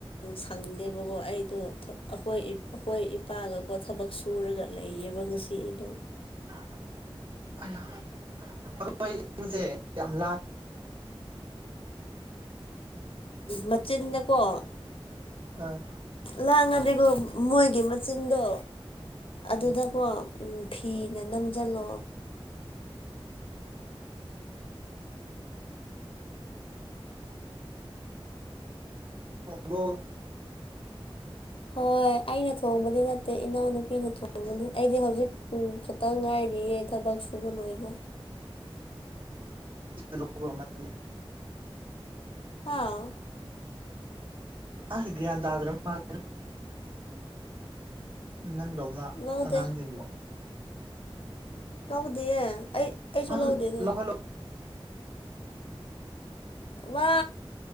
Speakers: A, on the left; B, on the right.
A: ꯐꯪꯗꯦꯕꯀꯣ ꯑꯩꯗꯣ ꯑꯩꯈꯣꯏ ꯑꯩꯈꯣꯏ ꯏꯄꯥꯒꯀꯣ ꯊꯕꯛ ꯁꯨꯔꯒ ꯂꯩꯌꯦꯕ ꯉꯁꯤ ꯩꯅ
B: <unintelligible> ꯑꯩꯈꯣꯏ ꯏꯃꯨꯡꯁꯦ ꯌꯥꯝ ꯂꯥꯏ
A: ꯃꯆꯤꯟꯗꯀꯣ
B: ꯑꯥ
A: ꯂꯥꯡꯉꯗꯤꯀꯣ ꯃꯣꯏꯒꯤ ꯃꯆꯤꯟꯗꯣ ꯑꯗꯨꯗꯀꯣ
B: ꯎꯝ
A: ꯐꯤꯅ ꯅꯝꯁꯤꯜꯂꯣ
B: ꯕꯣ <unintelligible>
A: ꯍꯣꯏ ꯑꯩꯅ ꯊꯣꯡꯕꯗꯤ ꯅꯠꯇꯦ ꯏꯅꯥꯎꯅꯨꯄꯤꯅ ꯊꯣꯡꯕꯅꯦ ꯑꯩꯗꯤ ꯍꯧꯖꯤꯛ ꯈꯛꯇꯪ ꯉꯥꯏꯔꯤꯌꯦ ꯊꯕꯛꯁꯨꯨ ꯣꯏꯕ ꯂꯣꯏꯕ
B: ꯂꯧꯕ ꯑꯃꯅꯤ
A: ꯑꯥꯎ
B: ꯑꯁ ꯒ꯭ꯌꯥꯟ ꯇꯥꯗ꯭ꯔ ꯃꯥꯜ ꯅꯪꯗꯧꯅ
A: ꯂꯧꯗꯦ
B: ꯑꯉꯥꯡꯁꯤꯡꯕꯨꯣ
A: ꯂꯧꯗꯦꯌꯦ ꯑꯩ ꯑꯩꯁꯨ
B: ꯃꯥꯁꯨ
A: ꯂꯧꯗꯦꯅꯦꯦ
B: ꯂꯧꯍꯜꯂꯣ <unintelligible>
A: ꯋꯥ